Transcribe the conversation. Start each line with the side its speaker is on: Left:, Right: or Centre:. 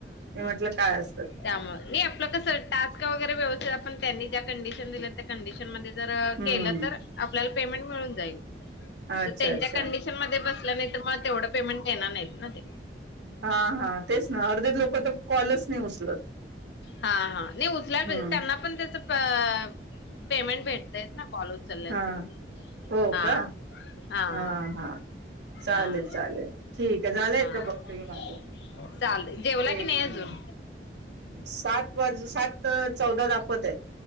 Right: मी म्हटलं काय अस
Left: त्यामुळं मी आपलं कसं टास्क वगैरे व्यवस्थित आपण त्यांनी ज्या कंडिशन दिल्या त्या कंडिशनमध्येच जर
Right: हम्म
Left: केलं तर आपल्याला पेमेंट मिळून जाईल.
Right: अच्छा
Left: तर त्यांच्या
Right: अच्छा
Left: कंडिशनमध्ये बस ल्या नाहीतर म तेवढं पेमेंट देणार नाहीत ना ते?
Right: हां हां तेच ना, अर्धे लोक तर, कॉलच नाही उच
Left: हां नी उचल्या <unintelligible>
Right: हम्म
Left: त्यांना पण त्याचं प- पेमेंट भेटतायतं ना? काॅल उचल्याचं
Right: हा
Left: पहा,
Right: हो
Left: हां
Right: का
Left: हां
Right: हा हा चालेल
Left: हां
Right: चालेल ठीक आहे झालंय
Left: हां
Right: का बघते मी माझं
Left: चालतं. जेवला
Right: एक
Left: की नाही
Right: मिनिट
Left: अजून?
Right: सात वाजू, सातं चौदा दाखवत आहे.